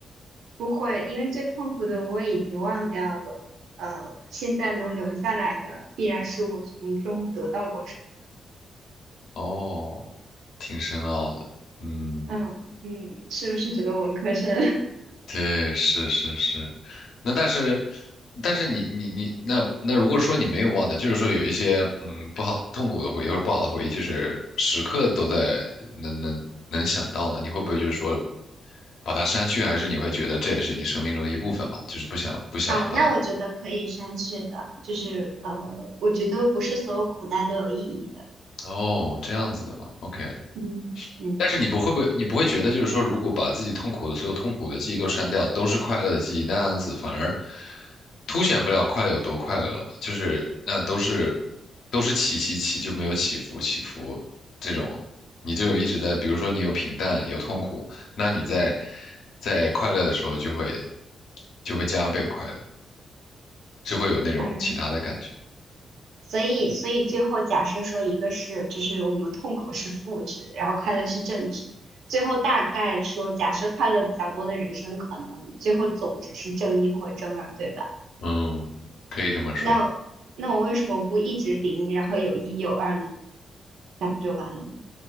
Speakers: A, on the right; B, on the left.
A: 不会，因为最痛苦的我已经忘掉了，呃，现在能留下来的必然是我从中得到过什么，
B: 哦，挺深奥的，嗯。
A: 嗯嗯，是不是觉得文科生？
B: 对，是是是，那但是，但是你你你那那如果说你没有忘掉，就是说有一些嗯不好痛苦的回忆或者不好的回忆，就是时刻都在能能能想到呢，你会不会就是说把它删去，还是你会觉得这也是你生命中的一部分嘛，就是不想不想把它
A: 啊，那我觉得可以删去的，就是呃，我觉得不是所有苦难都有意义的，
B: 哦这样子的嘛，OK，
A: 嗯嗯
B: 但是你不会不会，你不会觉得就是说，如果把自己痛苦的所有痛苦的记忆都删掉，都是快乐的记忆，那样子反而凸显不了快乐有多快乐了嘛？就是那都是都是起起起，就没有起伏起伏这种，你就有一直在，比如说你有平淡有痛苦，那你在在快乐的时候就会就会加倍快乐，就会有那种其他的感觉。
A: 啊，所以所以最后假设说一个是就是我们痛苦是负值，然后快乐是正值，最后大概说假设快乐比较多的人生可能最后总值是正一或正二，对吧？
B: 嗯，可以这么说，
A: 那那我为什么不一直零，然后有一有二呢？那不就完了吗？